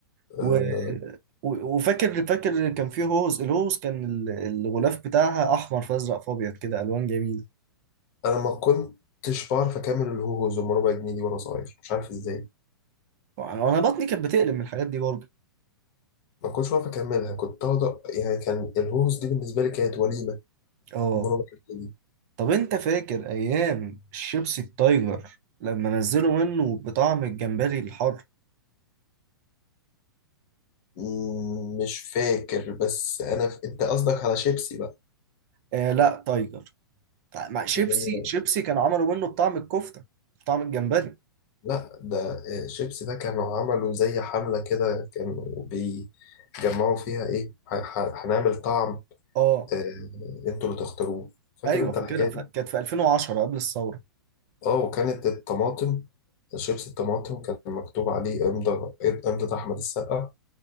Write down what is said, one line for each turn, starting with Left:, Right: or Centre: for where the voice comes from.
Right: و...
Left: آه...
Right: و- وفاكر فاكر كان فيه هوز الهوز كان ال- الغلاف بتاعها احمر فازرق فابيض كده الوان جميله
Left: انا ما كنتش بعرف اكمل الهوهوز ام ربع جنيه دي وانا صغير مش عارف ازاي
Right: وانا بطني كانت بتقلب من الحاجات دي برضه
Left: ما كنتش بعرف اكملها كنت اقعد أ- يعني كان الهوهوز دي بالنسبه لي كانت وليمه
Right: اه
Left: ام ربع جنيه دي
Right: طب انت فاكر ايام الشيبسي التايجر لما نزلوا منه بطعم الجمبري الحر
Left: مم، مش فاكر بس انا ف... انت قصدك على شيبسي بقى
Right: آه لا تايجر مع شيبسي
Left: لأن-
Right: شيبسي كانوا عملوا منه بطعم الكفته بطعم الجمبري
Left: لا ده آه، شيبسي ده كانوا عملوا زي حمله كده كانوا بيجمعوا فيها ايه ه- ه- هنعمل طعم
Right: اه
Left: آه، انتوا اللي تختاروه فاكر
Right: ايوه
Left: انت
Right: فاكرها
Left: الحكايه
Right: ف-
Left: دي
Right: كانت في 2010 قبل الثوره
Left: اه وكانت الطماطم شيبس الطماطم كان مكتوب عليه امضة امضة احمد السقا